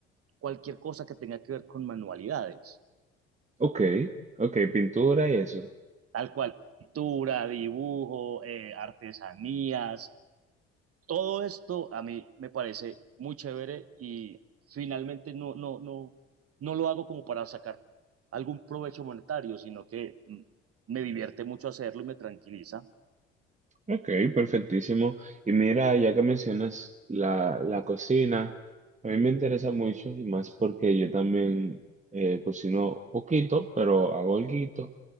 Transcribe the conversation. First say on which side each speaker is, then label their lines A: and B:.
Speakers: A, on the right (about 45°); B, on the right (about 20°).
A: cualquier cosa que tenga que ver con manualidades,
B: Ok, ok, pintura y eso.
A: tal cual, pintura, dibujo, eh, artesanías, todo esto a mí me parece muy chévere y finalmente no, no, no, no lo hago como para sacar algún provecho monetario, sino que mm, me divierte mucho hacerlo y me tranquiliza.
B: Ok, perfectísimo. Y mira, ya que mencionas la, la cocina, a mí me interesa mucho y más porque yo también eh, cocino poquito, pero hago alguito.